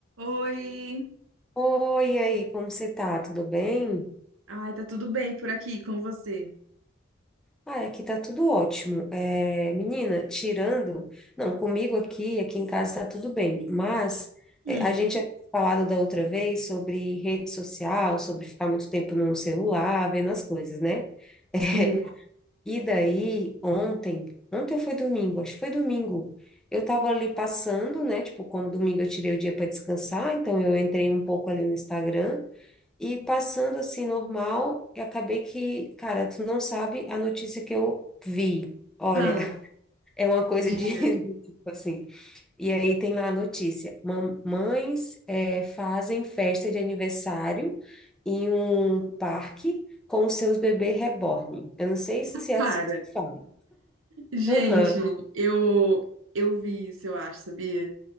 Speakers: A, on the right; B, in the centre.
A: Oi!
B: Oi, e aí, como você tá? Tudo bem?
A: Ai, tá tudo bem por aqui com você?
B: Ah, aqui tá tudo ótimo. É, menina, tirando, não, comigo aqui, aqui em casa tá tudo bem, mas
A: Hum,
B: é, a gente tinha falado da outra vez sobre rede social, sobre ficar muito tempo no celular, vendo as coisas, né? <laughs>
A: sim.
B: E daí, ontem, ontem foi domingo, acho que foi domingo. Eu tava ali passando, né? Tipo, como domingo eu tirei o dia para descansar, então eu entrei um pouco ali no Instagram. E passando assim normal, eu acabei que, cara, tu não sabe a notícia que eu vi. Olha,
A: Ah,
B: <laughs> é uma coisa
A: diga.
B: de <laughs> de tipo assim. E aí tem lá a notícia: mamães eh, fazem festa de aniversário em um parque com seus bebês reborn. Eu não sei se é
A: Para.
B: assim que se fala.
A: Gente,
B: Aham,
A: eu eu vi isso, eu acho, sabia?